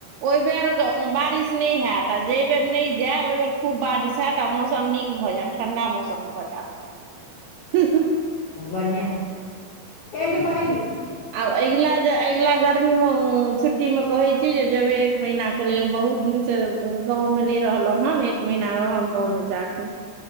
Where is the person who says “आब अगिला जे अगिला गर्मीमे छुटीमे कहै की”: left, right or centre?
Right